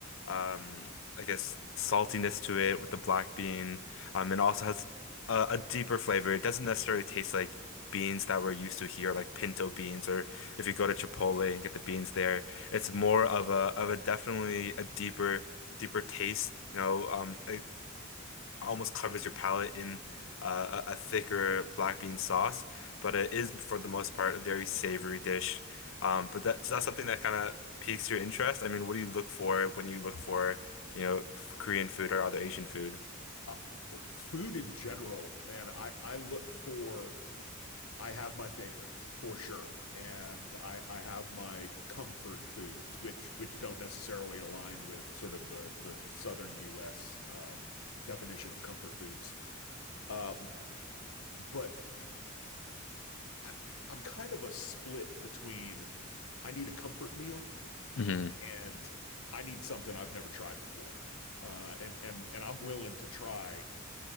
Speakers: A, on the left (about 65°); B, on the left (about 90°).
A: um, I guess saltiness to it with the black bean. Um, and also has a, a deeper flavor. It doesn't necessarily taste like beans that we're used to here, like pinto beans, or if you go to Chipotle and get the beans there. It's more of a of a definitely a deeper deeper taste. You know, um, it almost covers your palate in uh, a, a thicker black bean sauce, but it is for the most part a very savory dish. Um, but that's that's something that kind of piques your interest. I mean, what do you look for when you look for, you know, f- Korean food or other Asian food?
B: uh, food in general, man, I I look for I have my favorites for sure, and I I have my comfort foods, which which don't necessarily align with sort of the the southern U.S. um, definition of comfort foods. Uh, but I, I'm kind of a split between I need a comfort meal
A: hmm
B: and I need something I've never tried before. Uh, and and and I'm willing to try